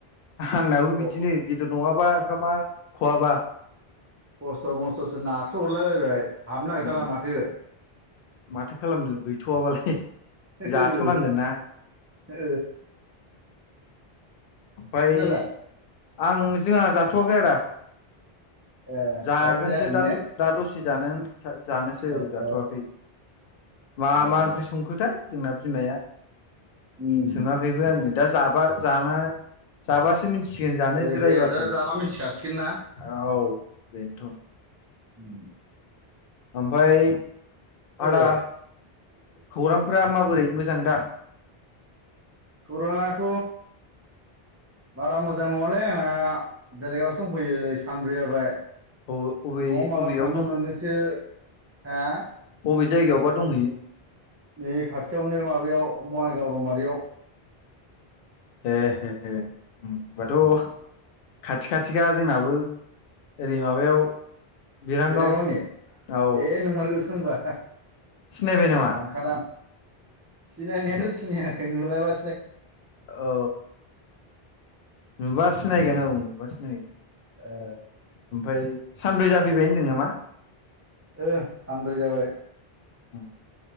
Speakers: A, on the left; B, on the right.
A: आंनाबो
B: खस्थ'
A: बिदिनो बेदर नङाबा ओंखामा खहाबा
B: खस्थ‌ मस्थसो नारसो हरला बायबाय हाबनो नागिरथारा
A: उम
B: माथो
A: माथो खालामनो गैथवाबालाय
B: ओ
A: जाथनांगोनना
B: ओ
A: ओमफ्राय
B: नोंस्रालाय
A: आं जोंहा जाथवाखै आदा
B: ए
A: जागोसो
B: दाबो जाया आरो ने
A: दा दसे जानोसै
B: ओ
A: औ जाथवाखै
B: ओ
A: मा
B: दे
A: मा
B: दे
A: ओंख्रि संखोथाय जोंना बिमाया
B: उम
A: सोङाखैबो आङो दा जाबा जानो जाबासो मिथि सिगोन जानोसिरायबासो
B: ओ दे दा जाबा मिथिखासिगोन ना?
A: औ बेनोथ
B: उम
A: ओमफाय आदा
B: ओ
A: खौरांफोरा माबोरै मोजां दा?
B: खौरांआथ बारा मोजां नङालै आंना बेलेगावसो दंफैयो सानब्रै जाबाय
A: अबे
B: नआव माला
A: अबेयाव
B: थांनो
A: दं
B: मोनगोनसो ह
A: बबे जायगायावबा दंहैयो?
B: बे खाथियावनो माबायाव बङाइगाव रमारियाव
A: हे हे हे होनबाथ'
B: उम
A: खाथि खाथिखा जोंनाबो ओरै माबायाव बिरांगाव
B: बेिरांग गावनि
A: औ
B: ए नंमारगौसो होनबा
A: सिनायबाय नामा
B: सानखादां सिनायनायाथ
A: सिन
B: सिनायाखै नुयाबा
A: औ नुबा सिनायगोन औ नुबा सिनायगोन
B: ओ
A: ओमफफ्राय सानब्रै जाफैबाय होनदों नामा?
B: ओ सानब्रै जाबाय
A: औ